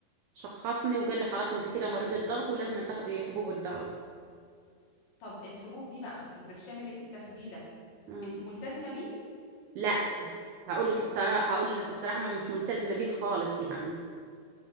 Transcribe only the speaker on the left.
طب الحبوب دي بقى البرشام اللي انت بتاخديه ده
انت ملتزمة بيه